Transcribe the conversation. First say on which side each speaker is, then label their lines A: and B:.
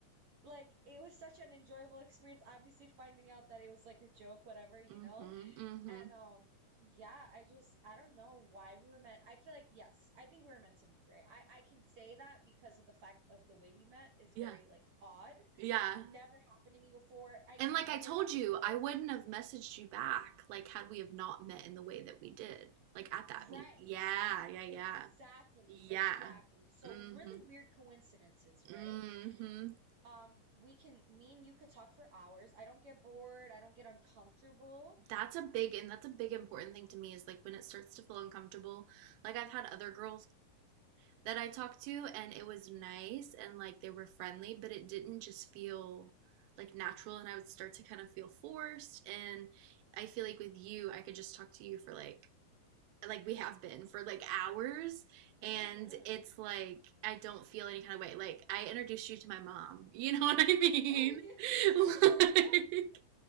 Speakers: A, on the right; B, on the right.
A: like, it was such an enjoyable experience, obviously finding out that it was like a joke, whatever, you
B: hmm
A: know?
B: hmm
A: And um yeah, I just I don't know why we were meant I feel like yes, I think we were meant to meet, right? I I can say that because of the fact of the way we met is
B: Yeah.
A: very like odd.
B: Yeah.
A: Never happened to me before. I
B: And
A: never
B: like I told
A: got
B: you,
A: this close.
B: I wouldn't have messaged you back, like had we have not met in the way that we did, like at that
A: Right.
B: meet. Yeah, yeah, yeah.
A: Exactly,
B: Yeah.
A: exactly. So
B: Mhm.
A: really weird coincidences, right?
B: Mhm.
A: Um we can me and you could talk for hours. I don't get bored. I don't get uncomfortable.
B: That's a big and that's a big important thing to me is like when it starts to feel uncomfortable. Like I've had other girls that I talked to and it was nice and like they were friendly, but it didn't just feel like natural and I would start to kind of feel forced and I feel like with you I could just talk to you for like like we have been for like hours and
A: Mhm.
B: it's like I don't feel any kind of way. Like I introduced you to my mom. <laughs> You know what I mean?
A: Oh <laughs>
B: <laughs>
A: yeah, yeah.
B: Like